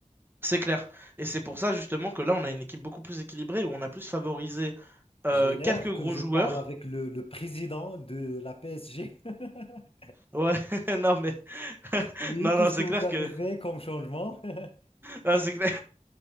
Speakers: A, on the right (about 15°); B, on the left (about 45°).
A: c'est clair. Et c'est pour ça justement que là, on a une équipe beaucoup plus équilibrée, où on a plus favorisé euh,
B: J'ai l'air
A: quelques gros
B: que je
A: joueurs.
B: parle avec le, le président de la PSG. <laughs>
A: Ouais, <laughs> non mais
B: Oui,
A: non
B: qu'est-ce
A: non c'est
B: que vous
A: clair
B: avez
A: que
B: fait comme changement? <laughs>
A: non, c'est clair